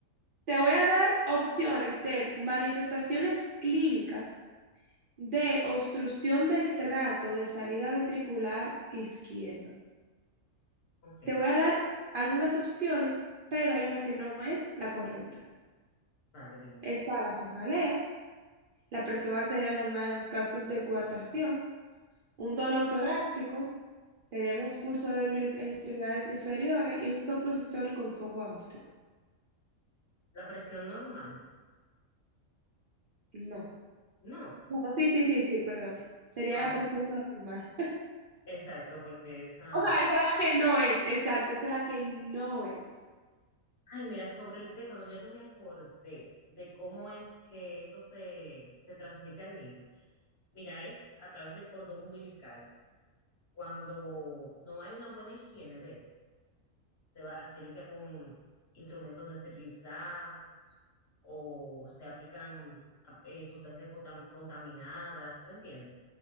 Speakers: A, on the right; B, on the left.
A: te voy a dar opciones de manifestaciones clínicas de obstrucción del trato de salida ventricular izquierdo.
B: Ok,
A: Te voy a dar algunas opciones, pero hay una que no es la correcta.
B: dale, dime.
A: Está la cefalea, la presión arterial normal en los casos de coartación, un dolor torácico, tenemos pulso débiles en extremidades inferiores y un soplo sistólico en foco aórtico.
B: La presión normal,
A: No.
B: no.
A: Bueno, sí, sí, sí, sí, perdón. Sería
B: Ah,
A: la
B: ok,
A: presión normal.
B: exacto, porque esa
A: O sea, esa es la que no es, exacto, esa es la que no es.
B: Ay, mira, sobre el tétano, ya yo me acordé de cómo es que eso se, se transmite al niño. Mira, es a través del cordón umbilical. Cuando no hay una buena higiene de él, se va, se limpia con instrumentos no esterilizados o se aplican a- eh, sustancias contam- contaminadas, ¿tú entiendes?